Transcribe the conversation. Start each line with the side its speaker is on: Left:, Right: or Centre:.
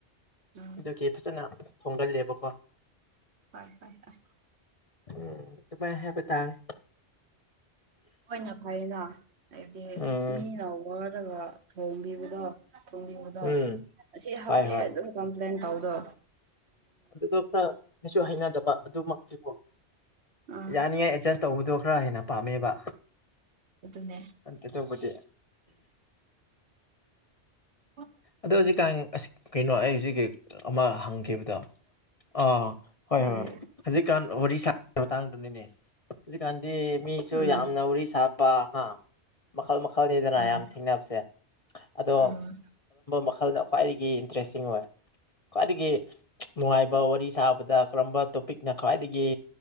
Right: ꯎꯝ
Left: ꯑꯗꯨꯒꯤ ꯐꯖꯅ ꯊꯣꯡꯒꯜꯂꯦꯕꯀꯣ
Right: ꯍꯣꯏ ꯍꯣꯏ ꯍꯣꯏ
Left: ꯎꯝ ꯑꯗꯨꯃꯥꯏꯅ ꯍꯥꯏꯕ ꯇꯥꯔꯦ
Right: ꯍꯣꯏꯅ ꯐꯩꯅ ꯍꯥꯏꯕꯗꯤ
Left: ꯎꯝ
Right: ꯃꯤꯅ ꯋꯥꯔꯒ ꯊꯣꯡꯕꯤꯕꯗꯣ ꯊꯣꯡꯕꯤꯕꯗꯣ
Left: ꯎꯝ
Right: ꯑꯁꯤ ꯍꯥꯎꯇꯦ
Left: ꯍꯣꯏ ꯍꯣꯏ
Right: ꯑꯗꯨꯝ ꯀꯝꯄ꯭ꯂꯦꯟ ꯇꯧꯕꯗꯣ
Left: ꯑꯗꯨꯗꯣ ꯈꯔ ꯑꯩꯁꯨ ꯍꯩꯅꯗꯕ ꯑꯗꯨꯃꯛꯇꯤ ꯀꯣ
Right: ꯑꯥ
Left: ꯌꯥꯅꯤꯡꯉꯥꯏ ꯑꯦꯗꯖꯁ ꯇꯧꯕꯗꯣ ꯈꯔ ꯍꯦꯟꯅ ꯄꯥꯝꯃꯦꯕ
Right: ꯑꯗꯨꯅꯦ
Left: ꯑꯇꯣꯞꯄꯗꯤ
Right: <unintelligible>
Left: ꯑꯗꯣ ꯍꯧꯖꯤꯛꯀꯥꯟ ꯑꯁ ꯀꯩꯅꯣ ꯑꯩ ꯍꯧꯖꯤꯛꯀꯤ ꯑꯃ ꯍꯪꯈꯤꯕꯗꯣ ꯑꯥ ꯍꯣꯏ
Right: ꯂꯣꯏꯔꯦ
Left: ꯍꯣꯏ ꯍꯣꯏ ꯍꯧꯖꯤꯛꯀꯥꯟ ꯋꯥꯔꯤ ꯁꯥꯕꯒꯤ ꯃꯇꯥꯡꯗꯨꯅꯤꯅꯦ ꯍꯧꯖꯤꯛꯀꯥꯟꯗꯤ ꯃꯤꯁꯨ
Right: ꯎꯝ
Left: ꯌꯥꯝꯅ ꯋꯥꯔꯤ ꯁꯥꯕ ꯍꯥ ꯃꯈꯜ ꯃꯈꯜ ꯃꯈꯜꯅꯤꯗꯅ
Right: ꯎꯝ
Left: ꯌꯥꯝ ꯊꯦꯡꯅꯕꯁꯦ ꯑꯗꯣ
Right: ꯎꯝ
Left: ꯃꯈꯈꯜꯅ ꯈ꯭ꯋꯥꯏꯗꯒꯤ ꯏꯟꯇꯔꯦꯁꯇꯤꯡ ꯑꯣꯏ ꯈ꯭ꯋꯥꯏꯗꯒꯤ ꯅꯨꯡꯉꯥꯏꯕ ꯋꯥꯔꯤ ꯁꯥꯕꯗ ꯀꯔꯝꯕ ꯇꯣꯄꯤꯛꯅ ꯈ꯭ꯋꯥꯏꯗꯒꯤ